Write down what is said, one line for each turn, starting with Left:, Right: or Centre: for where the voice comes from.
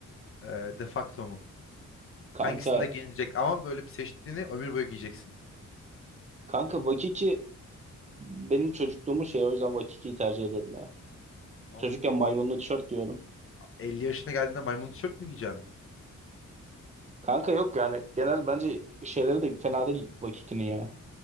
Left: Ee, de facto mu?
Right: Kanka
Left: Hangisinde giyinecek? Ama böyle bir seçtiğini ömür boyu giyeceksin.
Right: kanka Vakiki benim çocukluğumun şeyi o yüzden Vakiki'yi tercih ediyorum ya.
Left: Oğlum,
Right: Çocukken maymunlu
Left: el-
Right: tişört giyiyorum.
Left: 50 yaşına geldiğinde maymun tişört mü giyeceksin?
Right: Kanka yok yani genel bence şeyleri de fena değil Vakiki'nin ya.